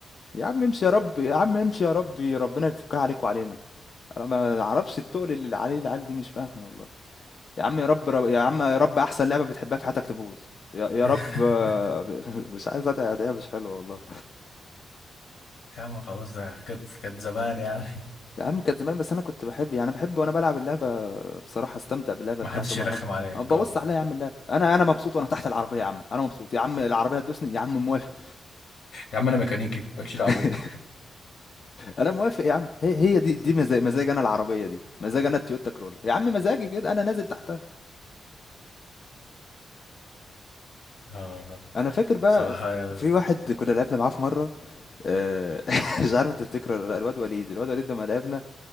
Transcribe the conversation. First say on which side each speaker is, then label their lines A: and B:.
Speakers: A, on the left (about 50°); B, on the left (about 70°).
A: يا عم امشي يا رب، يا عم امشي يا ربي ربنا يفكها عليك وعلينا، أنا ما أعرفش التقل اللي عليه العيال دي مش فاهمه والله، يا عم يا رب رب يا عم يا رب أحسن لعبة بتحبها في حياتك تبوظ، يا يا
B: <laughs>
A: رب آه، <laughs> مش عايز أتعب ده مش حلوة والله.
B: يا عم خلاص ده كانت كانت زمان يعني <laughs>
A: يا عم كانت زمان بس انا كنت بحب يعني بحب وانا بلعب اللعبه بصراحه استمتع باللعبه
B: ما
A: بتاعته
B: حدش
A: مع
B: يرخم
A: حد
B: عليك
A: أنا ببص
B: اه
A: عليها يا عم اللعبه انا انا مبسوط وانا تحت العربيه يا عم انا مبسوط يا عم العربيه تدوسني يا عم موافق
B: يا عم انا ميكانيكي مالكش دعوه
A: <laughs>
B: بيا
A: انا موافق يا عم هي هي دي دي مزاج مزاج انا العربيه دي مزاج انا التويوتا كرول يا عم مزاجي كده انا نازل تحتها
B: آه.
A: انا فاكر بقى
B: صراحه
A: ف- في
B: <laughs>
A: واحد كنا لعبنا معاه في مره آه، <laughs> مش عارف انت تفتكره ولا لأ، الواد وليد الواد وليد لما لعبنا